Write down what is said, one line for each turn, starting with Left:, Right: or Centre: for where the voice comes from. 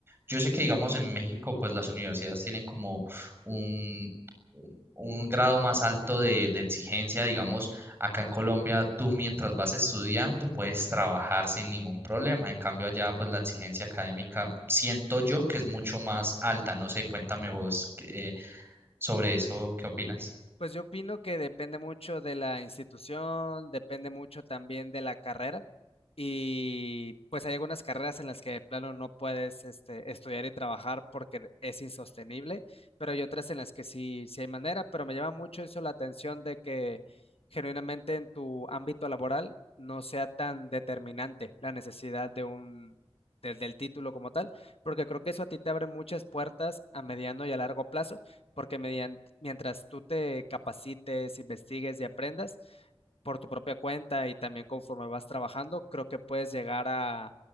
Right: Yo sé que, digamos, en México, pues las universidades tienen como un, un grado más alto de, de exigencia, digamos, Acá en Colombia, tú mientras vas estudiando puedes trabajar sin ningún problema. En cambio, allá pues la exigencia académica siento yo que es mucho más alta. No sé, cuéntame vos eh, sobre eso, ¿qué opinas?
Left: Pues yo opino que depende mucho de la institución, depende mucho también de la carrera y pues hay algunas carreras en las que de plano no puedes este, estudiar y trabajar porque es insostenible, pero hay otras en las que sí, sí hay manera, pero me llama mucho eso la atención de que genuinamente en tu ámbito laboral no sea tan determinante la necesidad de un... del del título como tal, porque creo que eso a ti te abre muchas puertas a mediano y a largo plazo porque median- mientras tú te capacites, investigues y aprendas por tu propia cuenta y también conforme vas trabajando, creo que puedes llegar a,